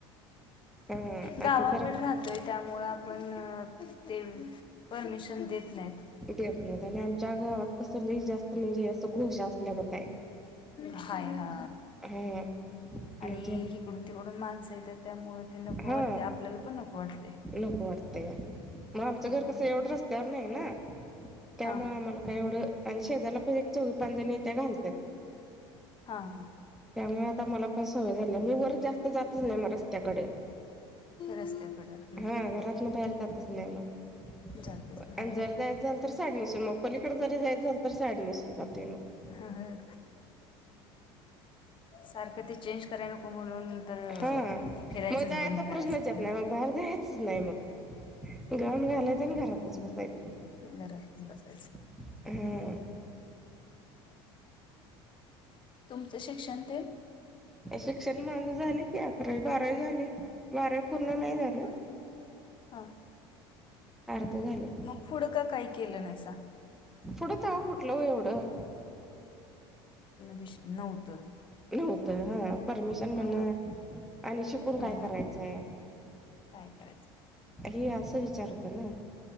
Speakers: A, in the centre; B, on the left.
A: अ
B: गावाकड
A: आता तर
B: राहत ोय त्यामु आपण ते परमिशन देत नाहीत
A: देत आणि आमच्या गावात कस नाही जास्त म्हणजे असं घोष असल्यागत आहे
B: हाय हा
A: हा
B: आणि
A: म्हणजे
B: हिकडून तिकडून माणस त्यामुळेळ ते नको
A: हा
B: वाटते आपल्याला पण नको वाटते
A: नको वाटत मग आमचं
B: हम्म.
A: घर कसं एवढं रस्त्यावर नाही ना त्यामुळे
B: हां हां
A: आम्हाला का एवढं आणि शेजारला पण एक चौवी पाच जण य त्या घालतात
B: हां हां
A: त्यामुळे आता मला पण सवय झाली मी वर जास्त जातच नाही म रस््याकडे
B: रस्त्याकडेला
A: हा घरातन बाहेर जातच नाही मग
B: जातच
A: आणि
B: ह
A: जर जायच झाल तर साडणीसून मग पलीकडे जरी जायच जाल तर साड नसून जाते मग
B: ह सारखं ते चेंज करान म्हणून तर
A: हा
B: फिरायचंच
A: मग जायचा
B: बंद करायचं
A: प्रश्नच येत नाही मग बाहेर जा्यायचंच नाही मग गाऊन घालायचं आणि घरातच बसायचं
B: घराशी बसायच
A: हा
B: तुमचं शिक्षण ते
A: शिक्षण माझं झाले कि अकरा बाराही झाले बारा पूर्ण नाही झाले
B: बर हां
A: अर्ध झाले
B: मग पुडं का काही केलं नाहीसा
A: पुढंचव कुठलं एवढं
B: विष् नव्हतं
A: नव्हत हा परमिशन म्हणा
B: हा
A: आणि शिकून
B: हा
A: काय करायचंय.
B: काय करायचंय
A: हे असं विचारतं ना.